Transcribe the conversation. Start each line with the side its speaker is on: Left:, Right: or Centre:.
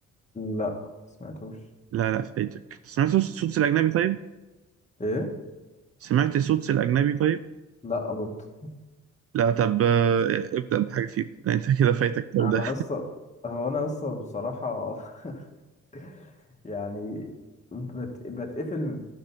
Left: لا سمعتوش
Right: لا لا فايتك سمعت سوتس الأجنبي طيب؟
Left: ايه
Right: سمعت سوتس الأجنبي طيب؟
Left: لا برضه
Right: لا طب آه، ابدأ بحاجة فيهم <laughs> يعني انت كده فايتك ده
Left: انا
Right: وده
Left: اصلا هو انا اصلا بصراحه <laughs> يعني بت... بتقفل